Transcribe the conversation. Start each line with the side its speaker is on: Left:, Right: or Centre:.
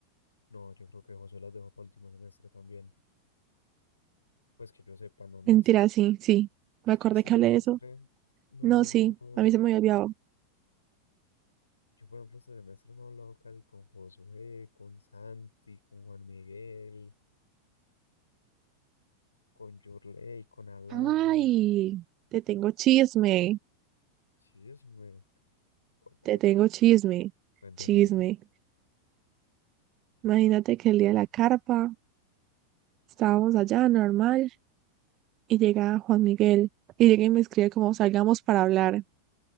Left: No, yo creo que José las dejó para último semestre también. Pues que yo sepa, no, no,
Right: Mentira,
Left: es que,
Right: sí, sí.
Left: es
Right: Me acordé
Left: que este
Right: que
Left: semestre
Right: hablé de eso.
Left: no
Right: No,
Left: he hablado,
Right: sí, a mí se me había olvidado.
Left: yo por ejemplo este semestre no he hablado casi con Josué, con Santi, con Juan Miguel, con Yurley, con Alana.
Right: Ay, te tengo chisme,
Left: Chisme. Papá,
Right: te tengo chisme,
Left: Cuente,
Right: chisme.
Left: cuente.
Right: Imagínate que el día de la carpa estábamos allá normal y llega Juan Miguel y llega y me escribe como salgamos para hablar.